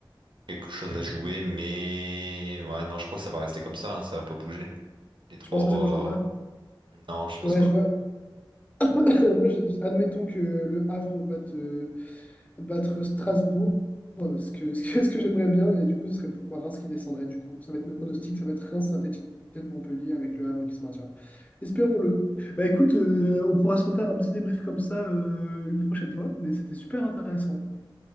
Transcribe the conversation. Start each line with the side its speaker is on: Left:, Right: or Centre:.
Right: quelque chose à jouer. Mais ouais, non, je crois que ça va rester comme ça, hein, ça va pas bouger. Les trois,
Left: Tu penses que ça bougera pas?
Right: euh, non, je pense
Left: Ouais,
Right: pas.
Left: je vois. <coughs> <clears throat> Moi, je- admettons que le Havre batte, battre Strasbourg, euh, ce que, <laughs> ce que, ce que j'aimerais bien. Et du coup, ce serait pour moi Reims qui descendrait. Du coup, ça va être mes pronostics. Ça va être Reims, Saint-Étienne, Montpellier avec le Havre qui se maintient. Espérons-le. Bah écoute, euh, on pourra se refaire un petit débrief comme ça euh, une prochaine fois. Mais c'était super intéressant.